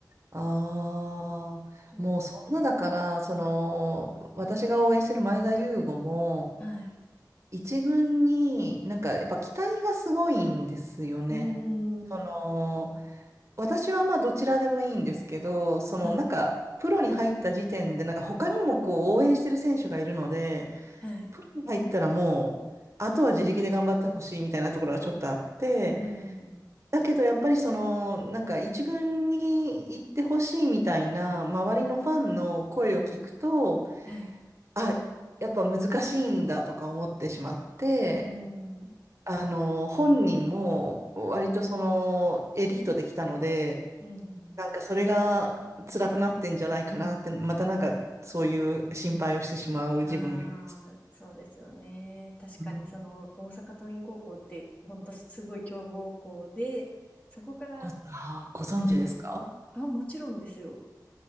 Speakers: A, on the right; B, on the left.
A: ああ、
B: い、今、
A: もうそんなだから、その、私が応援してる前田優吾も、
B: はい。
A: 一軍になんかやっぱ期待がすごいんですよね。
B: うーん、
A: その、私はまあどちらでもいいんですけど、そのなんか、
B: はい、
A: プロに入った時点で、なんか他にもこう応援してる選手がいるので、
B: はい、
A: プロに入ったらもう、あとは自力で頑張ってほしいみたいなところがちょっとあって、
B: うん、うん、うん
A: だけどやっぱりその、なんか一軍に行ってほしいみたいな周りのファンの声を聞くと、
B: はい、
A: あ、やっぱ難しいんだとか思ってしまって、
B: うーん、うん、
A: あの、本人も割とそのエリートできたので、
B: うん、うん
A: なんかそれが辛くなってんじゃないかなって、またなんかそういう心配をしてしまう自分がいます。
B: ああ、そうですよね。確かにその大阪桐蔭高校って本当すごい強豪校で、
A: うん
B: そこから、
A: ご、あー、ご存知ですか
B: おあ、もちろんですよ。